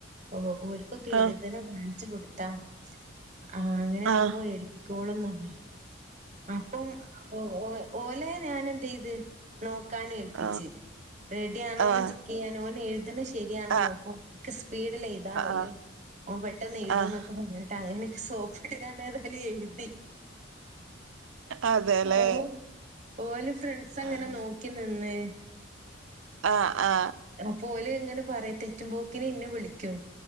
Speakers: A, on the right (about 35°); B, on the right (about 75°).
A: ഓ ഓർക്കൊക്കെ
B: ആഹ്
A: എഴുതണം കാണിച്ചു കൊടുത്താം ആഹ് അങ്ങനെ ആവുമ്പോ
B: ആഹ്
A: ക്കോളിന്നാമ്മേ ആഹ് ഇപ്പം ഓ ഓ ഓലെ ഞാൻ എന്തേയ്ത് നോ ക്കാന് ഏൽപ്പിച്ച്.
B: ആഹ്
A: റെഡിയാണോന്ന്
B: ആഹ്
A: ചെക്കെയ്യാന് ഓൻ എഴ്തണ ശ ശരിയാണോ
B: ആഹ്
A: നോക്കും ഇക്ക് സ്പീഡിൽ എഴുതാൻ കഴിയും.
B: ആഹ് ആഹ്
A: അവൻ പെട്ടെന്ന് എഴുതുംന്നാക്കാ
B: ആഹ് ആഹ്
A: പറഞ്ഞിട്ട് അങ്ങനെ സോപ്പിട്ട് കണ്ട് ഏതാലും എഴുതി.
B: അതെല്ലേ
A: അതെന്നേണ് ഓല് ഫ്രണ്ട്സ് അങ്ങനെ
B: ആഹ്
A: നോക്കിനി ന്ന്
B: ആ ആ
A: അപ്പോല് ഇങ്ങനെ പറയും തെറ്റുമ്പോക്കിന് ഇന്നെ വിളിക്കും.